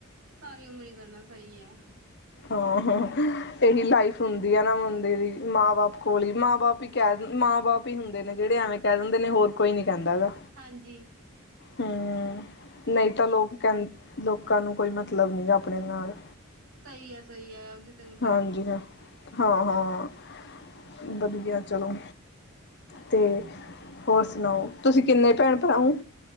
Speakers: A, on the right; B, on the left.
A: ਸਾਰੀ ਉਮਰ ਹੀ ਕਰਨਾ ਸਹੀ ਹੈ।
B: ਹਾਂ- ਹਾਂ ਇਹੀ ਲਾਈਫ ਹੁੰਦੀ ਆ ਨਾ ਬੰਦੇ ਦੀ ਮਾਂ ਬਾਪ ਕੋਲ ਹੀ, ਮਾਂ ਬਾਪ ਹੀ। ਕਹਿ ਦ ਮਾਂ ਬਾਪ ਹੀ ਹੁੰਦੇ ਨੇ ਜਿਹੜੇ ਐਵੇਂ ਕਹਿ ਦਿੰਦੇ ਨੇ ਹੋਰ ਕੋਈ ਨੀ ਕਹਿੰਦਾ ਹੈਗਾ।
A: ਹਾਂਜੀ।
B: ਹੂੰ, ਨਹੀਂ ਤਾਂ ਲੋਕ ਕਹਿੰ- ਲੋਕਾਂ ਨੂੰ ਕੋਈ, ਮਤਲਬ ਨਹੀਂ ਆਪਣੇ ਨਾਲ
A: ਸਹੀ ਹੈ- ਸਹੀ ਹੈ। ਕਿਸੇ ਨੂੰ ਕੀ
B: ਹਾਂਜੀ
A: ਮਤਲਬ
B: ਹਾ,
A: ਆ ਕਿਸੇ ਨੂੰ
B: ਹਾਂ- ਹਾਂ। ਵਧੀਆ ਚਲੋ। ਤੇ ਹੋਰ ਸੁਣਾਓ? ਤੁਸੀਂ ਕਿੰਨੇ ਭੈਣ, ਭਰਾਓ ਔ?